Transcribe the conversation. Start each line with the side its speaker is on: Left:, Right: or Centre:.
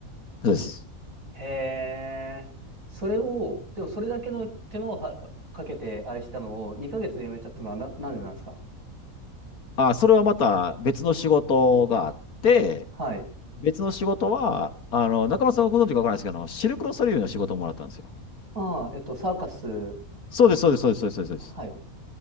Left: そうです。
Right: へえ。それを、でもそれだけの手間をはかけて、あれしたのを2ヶ月でやめちゃったのはな、なんでなんですか
Left: あ、それはまた別の仕事があって、
Right: はい。
Left: 別の仕事は、あの、中村さんご存知かわからないですけど、あのシルクロソリューの仕事をもらったんですよ。
Right: ああ、えっと、サーカス。
Left: そうです、そうです、そうです、そうです、そうです。
Right: はい。